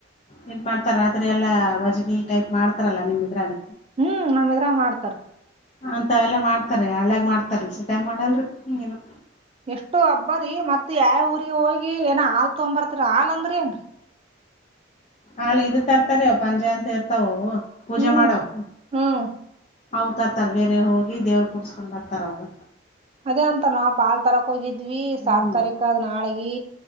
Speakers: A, on the left; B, on the right.
A: ಇದದು ಮಾಡ್ತಾರ ಆದ್ರೆ ಎಲ್ಲ ಭಜನಿ ಟೈಪ್ ಮಾಡ್ತಾರಲ್ಲ ನಿಮ್ಮ ಇದ್ರಾಗ.
B: ಹ್ಮ್ ನಮ್ ದ್ರ ಮಾಡ್ತಾರ್.
A: ಅಂತ ಅವೆಲ ಮಾಡ್ತಾರೆ ಹಳ್ಳ್ಯಾಗ ಮಾಡ್ತರೆ ಸಿಟ್ಯಗ್ ಮಾಡಲ್ರಿ ಏನು
B: ಎಷ್ಟು ಹಬ್ಬ ರೀ ಮತ್ ಯಾವ್ ಊರಿಗೆ ಹೋಗಿ ಏನ ಹಾಲ್ ತಗೊಂಬರ್ತ್ರ್ ಹಾಲ್ ಅಂದ್ರ್ ಏನ್ರೀ
A: ಆಲೆ ಇದ್ ತರ್ತಾರೆವ್ ಪಂಜೆ ಅಂತ ಇರ್ತವವ್ ಪೂಜೆ
B: ಹ್ಮ್
A: ಮಾಡಾವ್
B: ಹ್ಮ್.
A: ಹೌನ್ ತರ್ತಾರ್ ಬೇರೆ ಹೋಗಿ ದೇವ್ರ್ ಕೂಡ್ಸ್ಕೊಂಡ್ ಬರ್ತಾರ್ ಅವ್ರ್
B: ಅದೇ ಅಂತ ನಾವ್ ಪಾಲ್ ತರಕ್ ಹೋಗಿದ್ವಿ
A: ಹ್ಮ್
B: ಸತ್ಕಾರಿಕನಾಳಿಗಿ